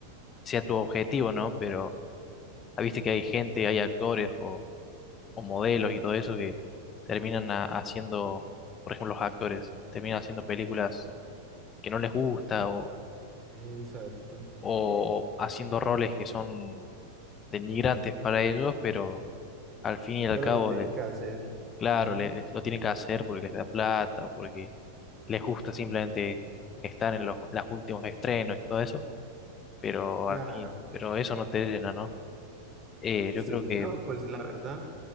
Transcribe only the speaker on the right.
Exacto.
Pero
lo tiene
que hacer.
Ujú,
Claro.
Sí,
no, pues la verdad,